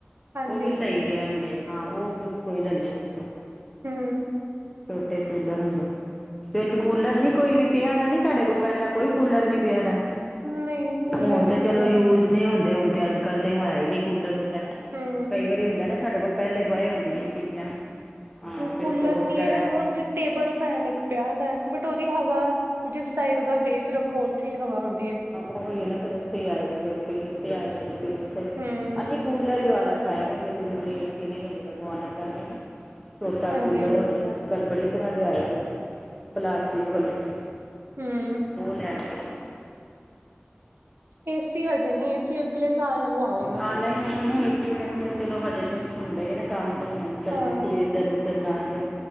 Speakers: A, on the right; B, in the centre.
A: ਹਾਂਜੀ-ਹਾਂਜੀ
B: ਉਹ ਵੀ ਸਹੀ ਜੇ ਰਹਿਣਗੇ। ਹਾਂ ਉਹ ਕੁਛ, ਕੋਈ ਲੈ ਲਓ ਇੱਕ,
A: ਹੂੰ।
B: ਛੋਟੇ ਕੂਲਰ ਹੁੰਦੇ। ਤੇ ਇੰਝ ਕੂਲਰ ਨੀ ਕੋਈ ਵੀ ਪਿਆ ਦਾ ਨੀ ਸਾਡੇ ਕੋਲ ਪਹਿਲਾਂ, ਕੋਈ ਕੂਲਰ ਨੀ ਪਿਆ ਦਾ।
A: ਨਹੀਂ, ਕੂਲਰ
B: ਹੁਣ ਤੇ
A: ਨਹੀਂ
B: ਚਲੋ
A: ਹੈਗਾ।
B: ਯੂਜ ਨਹੀਂ ਹੁੰਦੇ ਹੁਣ ਤੇ ਅੱਜ ਕੱਲ ਤੇ, ਹੈ ਹੀ ਨੀ ਕੂਲਰ ਵਗੈਰਾ,
A: ਹੂੰ।
B: ਕਈ ਵਾਰੀ ਹੁੰਦਾ ਏ ਨਾ ਸਾਡੇ ਕੋਲ ਪਹਿਲੇ। <unintelligible> ਹੁੰਦੀਆਂ ਚੀਜ਼ਾਂ। ਹਾਂ
A: ਕੂਲਰ
B: ਤੇ ਸਟੋਰ
A: ਨੀ
B: ਵਗੈਰਾ
A: ਹੈ, ਉੰਝ ਟੇਬਲ ਫੈਨ ਇੱਕ ਪਿਆ ਦਾ ਬਟ ਉਹਦੀ ਹਵਾ। ਜਿਸ ਸਾਈਡ ਉਹਦਾ ਫੇਸ ਰੱਖੋ, ਉੱਥੇ ਹੀ ਹਵਾ ਹੁੰਦੀ ਏ।
B: ਓਹੋ ਹੀ ਏ ਨਾ, ਉੱਥੇ ਹੀ ਆਏਗੀ ਜੇ ਫੇਸ ਤੇ ਆਏਗਾ। ਫੇਸ ਤੇ,
A: ਹਮ
B: ਹਾਂਜੀ, ਕੂਲਰ ਹੀ ਵਾਰਾ ਖਾਏਗਾ ਜੇ। ਨਹੀਂ ਏਸੀ ਨਹੀਂ ਹਜੇ ਲਗਵਾਉਣਾ ਚਾਹੁੰਦੇ ਨਾ, ਛੋਟਾ
A: ਹਾਂਜੀ
B: ਕੂਲਰ ਹੋ ਜਏ ਨਾ ਹਜੇ। ਪਰ ਬੜੀ ਤਰਾਂ ਦੇ ਆਏ ਜੇ, ਪਲਾਸਟਿਕ ਵਾਲੇ,
A: ਹਮ
B: ਉਹ ਲੈ। <inaudible> <unintelligible> <unintelligible>
A: ਏਸੀ ਹਜੇ ਨੀ ਏਸੀ ਅਗਲੇ ਸਾਲ ਲਗਵਾਵਾਂਗੇ
B: ਆਹ ਨਹੀਂ <unintelligible> ਕਿਵੇ ਵੀ ਤੇ ਚਲੋ ਹਜੇ ਕੁਝ ਹੁੰਦੇ ਹੀ ਏ ਨਾ ਕੰਮ ਕੋਈ ਹੋਮ ਸਰਵਿਸ
A: ਹਾਂ
B: ਕੋਈ ਇੱਧਰ ਉਧਰ ਨਾ ਜਾਓ।